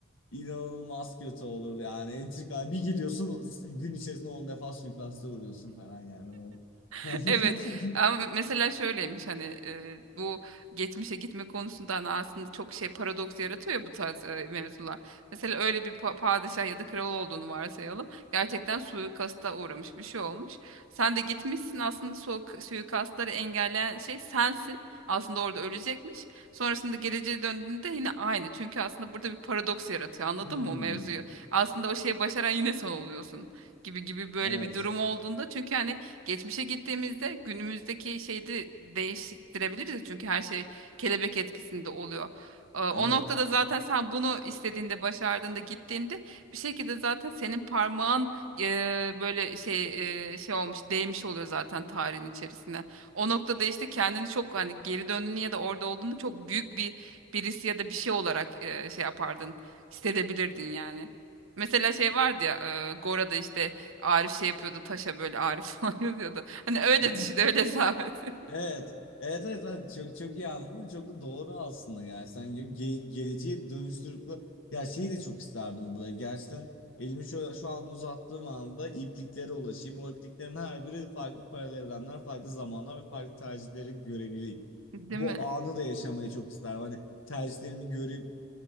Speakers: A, on the left; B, on the right.
A: İnanılmaz kötü olur yani. Entrika bir gidiyorsun gün içerisinde on defa suikaste uğruyorsun falan yani. <laughs>
B: <laughs> Evet ama mesela şöyleymiş hani e, bu geçmişe gitme konusunda hani aslında çok şey paradoks yaratıyor ya bu tarz e, mevzular. Mesela öyle bir pa- padişah ya da kral olduğunu varsayalım. Gerçekten suikasta uğramış bir şey olmuş. Sen de gitmişsin aslında suik suikastları engelleyen şey sensin. Aslında orada ölecekmiş. Sonrasında geleceğe döndüğünde yine aynı. Çünkü aslında burada bir paradoks yaratıyor anladın
A: Hmm,
B: mı o mevzuyu? Aslında o şeyi başaran yine sen oluyorsun gibi gibi böyle
A: evet.
B: bir durum olduğunda çünkü hani Geçmişe gittiğimizde günümüzdeki şeyi de değiştirebiliriz ya çünkü her şey kelebek etkisinde oluyor. Ee, O
A: Evet.
B: noktada zaten sen bunu istediğinde, başardığında, gittiğinde bir şekilde zaten senin parmağın e, böyle şey e, şey olmuş, değmiş oluyor zaten tarihin içerisine. O noktada işte kendini çok hani geri döndüğünü ya da orada olduğunda çok büyük bir birisi ya da bir şey olarak e, şey yapardın, hissedebilirdin yani. Mesela şey vardı ya e, Gora'da işte Arif şey yapıyordu taşa böyle Arif <laughs> falan yazıyordu. Hani öyle
A: <laughs>
B: düşün öyle hesap et. <laughs>
A: Evet. Evet evet evet. çok çok iyi anladım ve çok da doğru aslında yani sen ge- ge- geleceği dönüştürüp bu- ya şeyi de çok isterdim böyle gerçekten elimi şöyle şu an uzattığım anda ipliklere ulaşayım o ipliklerin her biri farklı paralel evrenler farklı zamanlar ve farklı tercihleri görebileyim
B: Değil
A: bu
B: mi?
A: anı da yaşamayı çok isterdim hani tercihlerimi görüp